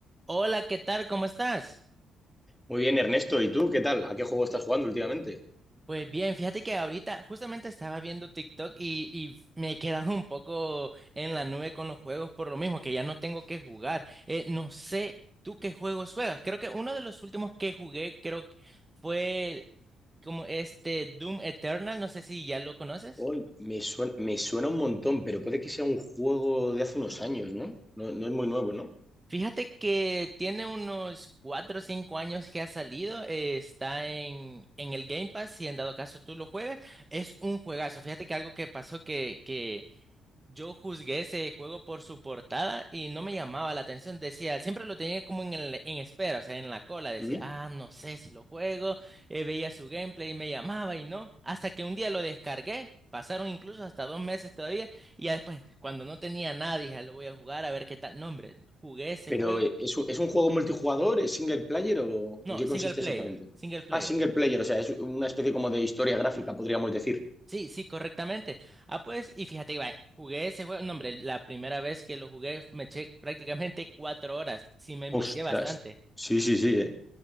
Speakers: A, on the right; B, in the centre.
A: Hola, ¿qué tal? ¿Cómo estás?
B: Muy bien, Ernesto. ¿Y tú qué tal? ¿A qué juego estás jugando últimamente?
A: Pues bien, fíjate que ahorita justamente estaba viendo TikTok y, y me he quedado un poco en la nube con los juegos por lo mismo, que ya no tengo que jugar. Eh, no sé tú qué juegos juegas. Creo que uno de los últimos que jugué, creo que fue como este Doom Eternal, no sé si ya lo conoces.
B: Oh, me suena, me suena un montón, pero puede que sea un juego de hace unos años, ¿no? No, no es muy nuevo, ¿no?
A: Fíjate que tiene unos 4 o 5 años que ha salido, eh, está en, en el Game Pass, si en dado caso tú lo juegas, es un juegazo. Fíjate que algo que pasó que que, yo juzgué ese juego por su portada y no me llamaba la atención. Decía, siempre lo tenía como en, el- en espera, o sea, en la cola. Decía,
B: ¿Mm?
A: ah, no sé si lo juego. eh, veía su gameplay y me llamaba y no. Hasta que un día lo descargué. Pasaron incluso hasta dos meses todavía. Y ya después, cuando no tenía nada, dije, "Ah, lo voy a jugar a ver qué tal. No, hombre, jugué ese
B: Pero
A: juego.
B: eh, ¿es, un- es un juego multijugador? ¿Es single player o
A: No,
B: en qué
A: single
B: consiste
A: player,
B: exactamente?
A: single player.
B: Ah, single player, o sea, es una especie como de historia gráfica, podríamos decir.
A: Sí, sí, correctamente. Ah, pues, y fíjate, va, eh, jugué ese juego, no, hombre, la primera vez que lo jugué me eché prácticamente cuatro horas, sí me envicié
B: Ostras.
A: bastante.
B: Sí, sí, sí, ¿eh?